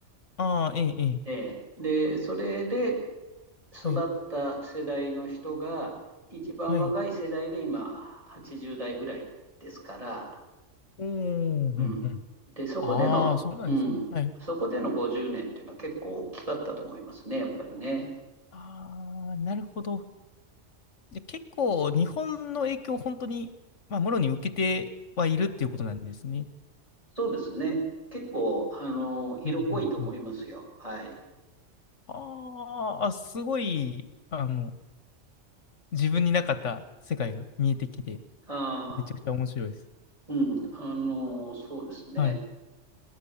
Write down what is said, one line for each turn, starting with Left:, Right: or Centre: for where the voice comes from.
Left: ああ、ええ、ええ。
Right: ええで、それで育った世代の人が、
Left: はい。
Right: 一番若い世代で今、
Left: はい。
Right: 80代ぐらいですから、
Left: おー、うん、
Right: うん。
Left: うん。
Right: で、そこでの、
Left: ああ、そうなんですね。
Right: うん、
Left: はい。
Right: そこでの50年っていうのは結構大きかったと思いますね、やっぱりね。
Left: ああ、なるほど。じゃあ結構日本の影響を本当に、まあ、もろに受けてはいるっていうことなんですね。
Right: そうですね。結構、あの、色濃いと思いますよ。
Left: うんうんうん。
Right: はい。
Left: あーあ、すごい、あの、自分になかった世界が見えてきて、
Right: ああ、
Left: めちゃくちゃ面白いです。
Right: うん、あの、そうですね。
Left: はい。う